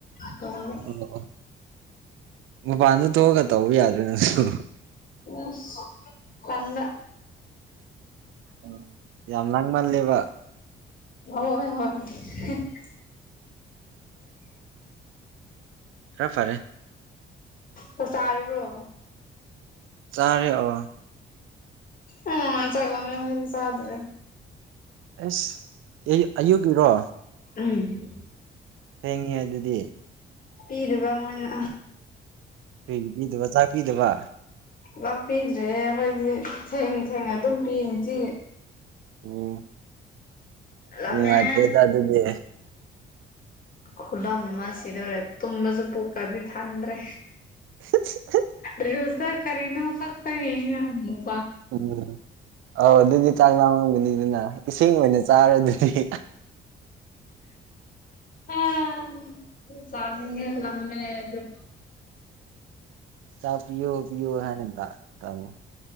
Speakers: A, on the left; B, on the right.
A: ꯇꯧꯔꯝꯕ
B: ꯑꯣ ꯃꯄꯥꯟꯗ ꯊꯣꯛꯑꯒ ꯇꯧꯕ ꯌꯥꯗ꯭ꯔ ꯅꯪꯁꯨ
A: ꯎꯁ ꯇꯟꯕ
B: ꯎꯝ ꯌꯥꯝ ꯂꯥꯡꯃꯜꯂꯦꯕ
A: ꯍꯣꯏ ꯍꯣꯏ ꯍꫭꯏ ꯍꯧꯖꯤꯛꯇꯤ
B: ꯈꯔ ꯐꯔꯦ
A: ꯆꯥꯛ ꯆꯥꯔꯕ꯭ꯔꯣ
B: ꯆꯥꯔꯦ ꯑꫭ
A: ꯑꯩ ꯅꯨꯉꯥꯟ ꯆꯥꯛ ꯂꯥꯝꯃꯦ ꯍꯥꯏꯕ ꯆꯥꯗ꯭ꯔꯦ
B: ꯑꯏꯁ ꯑꯩ ꯑꯩꯌꯨꯛꯒꯤꯔꯣ
A: ꯎꯝ
B: ꯍꯦꯡꯉꯤ ꯑꯗꯨꯗꯤ
A: ꯄꯤꯔꯤꯕ ꯃꯣꯏꯅ
B: ꯀꯒꯤ ꯄꯤꯗꯕ ꯆꯥꯛ ꯄꯤꯗꯕ
A: ꯂꯥꯛꯄꯤꯤꯗ꯭ꯔꯦ ꯑꯩꯈꯣꯏꯗꯤ ꯊꯦꯡ ꯊꯦꯡꯅ ꯑꯗꯨꯝ ꯄꯤꯁꯤꯤ
B: ꯑꯣ
A: ꯂꯥꯝꯃꯦ
B: ꯎꯝ ꯑꯦꯗ ꯑꯗꯨꯗꯤ
A: ꯈꯨꯂ ꯑꯃ ꯁꯤꯗꯧꯔꯦ ꯇꯨꯝꯕꯁꯨ ꯄꯨꯣꯛꯀꯗꯤ ꯊꯥꯟꯗ꯭ꯔꯦ
B: <unintelligible>
A: ꯔꯤꯜꯁꯇ ꯀꯔꯤꯅꫭ ꯐꯛꯇ ꯌꯦꯡꯉꯦ ꯑꯃꯨꯛ
B: ꯎꯝ ꯑꯧ ꯑꯗꯨꯗꯤ ꯆꯥꯛ ꯂꯥꯝꯉꯝꯒꯅꯤꯗꯅ ꯏꯁꯤꯡ ꯑꯣꯏꯅ ꯆꯥꯔꯗꯨꯗꯤ
A: ꯑꯥ ꯆꯥꯅꯤꯡꯉꯦ ꯂꯝꯃꯦ ꯑꯗꯨ
B: ꯆꯥꯛ ꯄꯤꯌꫭ ꯄꯤꯌꫭ ꯍꯥꯏꯅ ꯗ ꯇꯝꯃꫭ